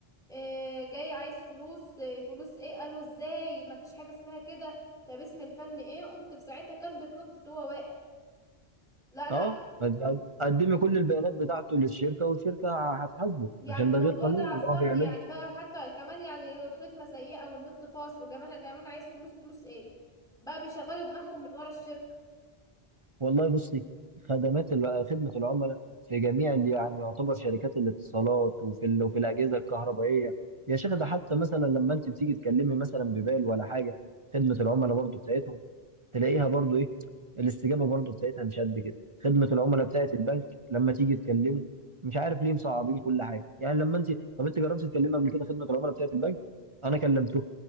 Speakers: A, in the centre; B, on the right.
A: آه، جاي عايز فلوس آه، فلوس ايه قالوا ازاي ما فيش حاجه اسمها كده طب اسم الفن ايه قمت في ساعتها كان بيتنطط وهو واقف لا لا
B: اه قد- قدمي كل البيانات بتاعته للشركه والشركه هتحاسبه
A: يعني
B: عشان
A: الموضوع
B: ده غير قانوني
A: ده عصبني
B: اللي هو بيعمله
A: يعني بقى حتى كمان يعني هو الخدمه سيئه والنت فاصل وكمان كمان عايز فلوس فلوس ايه بقى بيشغلوا دماغهم من ورا الشركه
B: والله بصي خدمات ال- خدمة العملاء في جميع اللي يعني يعتبر شركات الاتصالات وفي ال... وفي الأجهزة الكهربائية يا شيخ ده حتى مثلا لما أنت بتيجي تكلمي مثلا ببال ولا حاجة خدمة العملاء برضو بتاعتهم تلاقيها برضو إيه الاستجابة برضو بتاعتها مش قد كده خدمة العملاء بتاعت البنك لما تيجي تكلمه مش عارف ليه مصعبين كل حاجة يعني لما أنت طب أنت جربت تكلمي قبل كده خدمة العملاء بتاعت البنك أنا كلمته